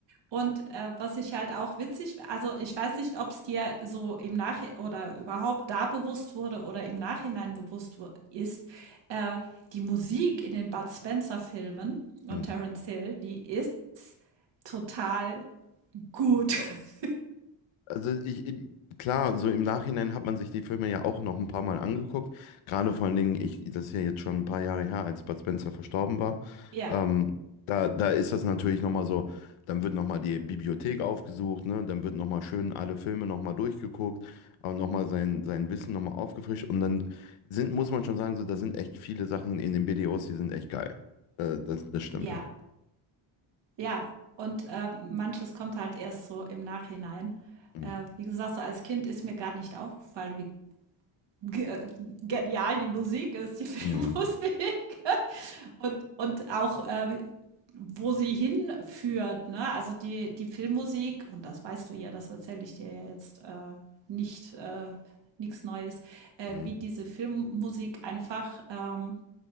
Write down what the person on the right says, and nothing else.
und äh, was ich halt auch witzig, also ich weiß nicht, ob es dir so im Nach oder überhaupt da bewusst wurde oder im Nachhinein bewusst wu- ist, äh, die Musik in den Bud Spencer-Filmen und
Terence Hill, die ist total gut. <laughs>
Ja,
ja. Ja, und, äh, manches kommt halt erst so im Nachhinein.
Äh, wie gesagt, so als Kind ist mir gar nicht aufgefallen, wie ge genial die Musik ist, die <laughs> Filmmusik
und und auch, äh, wo sie hinführt, ne? Also, die die Filmmusik und das weißt du ja, das erzähle ich dir ja jetzt, äh, nicht äh, nix Neues, äh,
wie diese Filmmusik einfach, ähm